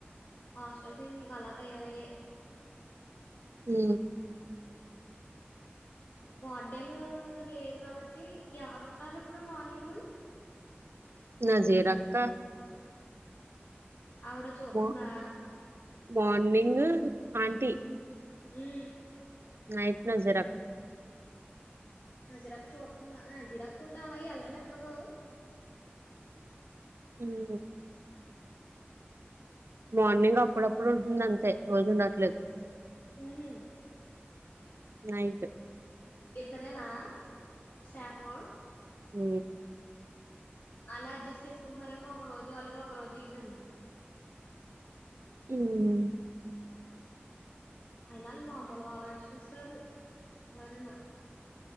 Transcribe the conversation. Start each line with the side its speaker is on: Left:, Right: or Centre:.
Left: హస్టల్ <unintelligible> తయారయే
Right: హు
Left: వార్డేన్ లేరు కాబట్టి ఎవరు ఉంటారు ఇప్పుడు మార్నింగు
Right: నజీరక్క
Left: ఆవిడ చూతుందా
Right: మ మార్నింగ్ ఆంటీ
Left: హు
Right: నయిట్ న జరక్
Left: నజీరక్క చూ నజీరకక్క ఉంటే అలా ఎల్ళనివ్వదు
Right: హు మార్నింగ్ అప్పుడప్పుడు ఉంటుంది అంతే రోజు ఉండట్లే
Left: హు హు
Right: నైటు
Left: ఇద్దరేనా స్టాఫు
Right: హ
Left: అలా అడ్జస్ట్ చేసుకుంటున్నారేమో ఒక రోజు వాళ్ళు ఒక రోజు ఇల్లుఅని
Right: ఉమ్
Left: అయినాలు మామూలు ఓవర్ ఆక్షన్స్ కాదు అరుణ